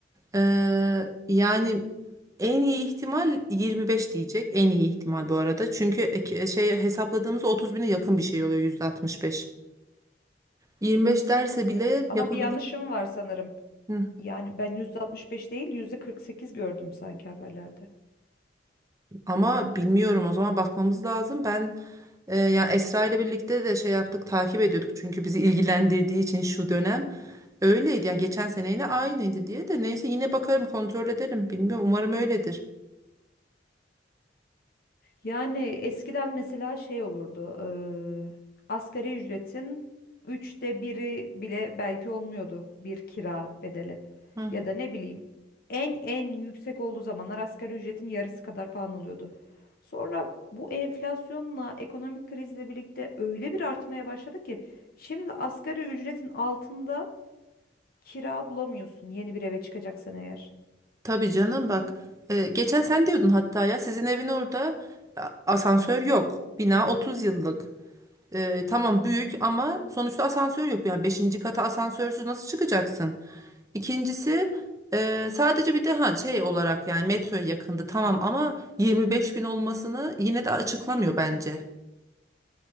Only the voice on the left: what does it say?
Evet ama
bir yanlışım var sanırım.
Yani ben %65 değil %48 gördüm sanki haberlerde.
Yani eskiden mesela şey olurdu. eee, asgari ücretin üçte biri bile belki olmuyordu bir kira bedeli.
Ya da ne bileyim en en yüksek olduğu zamanlar asgari ücretin yarısı kadar falan oluyordu. Sonra bu enflasyonla ekonomik krizle birlikte öyle bir artmaya başladı ki şimdi asgari ücretin altında kira bulamıyorsun yeni bir eve çıkacaksan eğer.